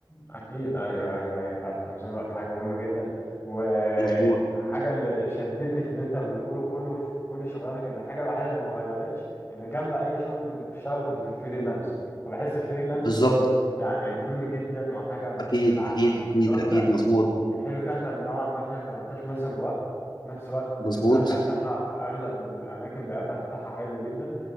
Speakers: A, on the left; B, on the left.
A: أكيد أيوه أيوه أيوه لأ تنظيم الوقت حاجة مهمة جدا وحاجة
B: مظبوط
A: اللي شدتني في اللي أنت بتقوله كله في كل شغلاتك إن الحاجة الوحيدة اللي ما اتغيرتش إن جنب أي شغل أنت كنت بتشتغله كنت في الفريلانسنج وبحس الفريلانسنج
B: بالظبط
A: يعني مهم جدا وحاجة ما فيش
B: اكيد
A: غنى
B: اكيد
A: عنها
B: اكيد
A: اللي هو أنت
B: اكيد مظبوط
A: الحلو فيها أنت من نوعا ما فيها أنت ما أنتش ملزم بوقت في نفس الوقت
B: مظبوط
A: الدفع بتاعها في أغلب الأماكن بيبقى الدفع بتاعها حلو جدا